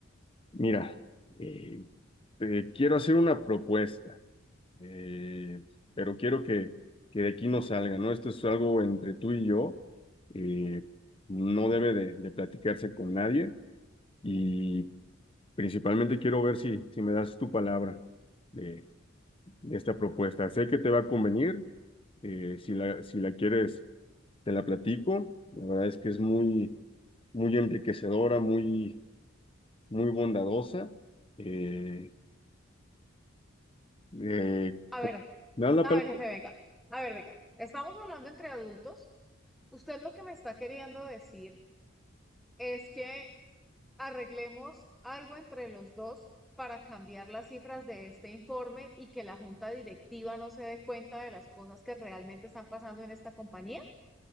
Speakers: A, on the left (about 25°); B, in the centre.
A: mira, eh, te quiero hacer una propuesta eh, pero quiero que, que de aquí no salga, ¿no? Esto es algo entre tú y yo, eh, no debe de, de platicarse con nadie y principalmente quiero ver si, si me das tu palabra de, de esta propuesta. Sé que te va a convenir, eh, si la, si la quieres, te la platico. La verdad es que es muy, muy enriquecedora, muy, muy bondadosa. Eh, eh,
B: A ver,
A: ¿me das la
B: A
A: palabra?
B: ver, jefe, venga. A ver, venga. Estamos hablando entre adultos. Usted lo que me está queriendo decir es que arreglemos algo entre los dos para cambiar las cifras de este informe y que la junta directiva no se dé cuenta de las cosas que realmente están pasando en esta compañía,